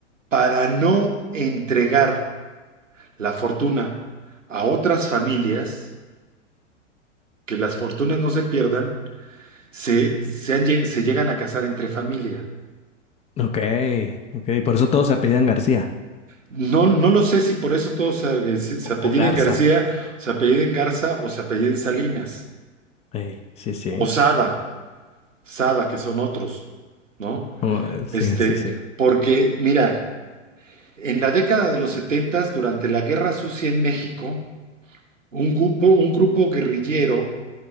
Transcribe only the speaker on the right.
para no entregar la fortuna a otras familias, que las fortunas no se pierdan, se, se, han lleg- se llegan a casar entre familia.
No, no lo sé si por eso todos se, se-
apelliden
García, se apelliden Garza o se apelliden Salinas,
o Sada, Sada, que son otros, ¿no?
Este,
porque, mira, en la década de los setentas, durante la Guerra Sucia en México, un grupo, un grupo guerrillero